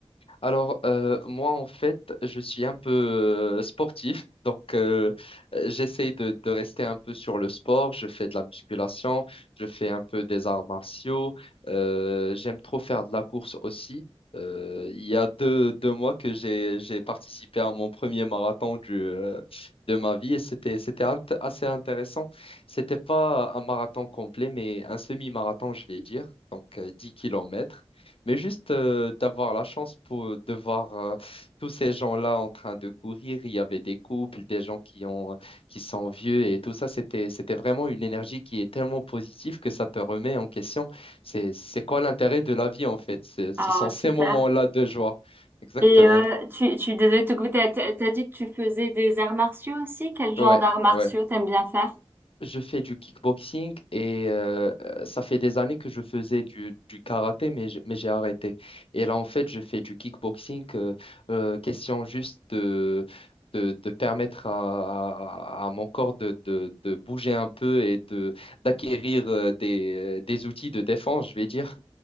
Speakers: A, on the left; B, on the right.
A: Alors, euh, moi, en fait, je suis un peu euh, sportif, donc euh, euh, j'essaye de, de rester un peu sur le sport. Je fais de la musculation, je fais un peu des arts martiaux, euh, j'aime trop faire de la course aussi. Euh, il y a deux, deux mois que j'ai, j'ai participé à mon premier marathon du, euh, de ma vie et c'était, c'était int- assez intéressant. C'était pas un marathon complet, mais un semi-marathon, je vais dire, donc euh, 10 km. Mais juste euh, d'avoir la chance pour, euh, de voir euh, tous ces gens-là en train de courir, il y avait des couples, des gens qui ont, euh, qui sont vieux et tout ça, c'était, c'était vraiment une énergie qui est tellement positive que ça te remet en question. C'est, c'est quoi l'intérêt de la vie en fait? C'est- Ce
B: Ah
A: sont ces
B: super.
A: moments-là de joie. Exactement.
B: Et euh, tu, tu, désolée de te goûter, t'as, t'as dit que tu faisais des arts martiaux aussi? Quel genre
A: Ouais,
B: d'arts martiaux
A: ouais.
B: t'aimes bien faire?
A: Je fais du kickboxing et euh, ça fait des années que je faisais du, du karaté, mais j'ai mais j'ai arrêté. Et là, en fait, je fais du kickboxing. euh, euh, question juste de, de, de permettre à, à- à mon corps de, de, de bouger un peu et de d'acquérir euh, des, euh, des outils de défense, je vais dire.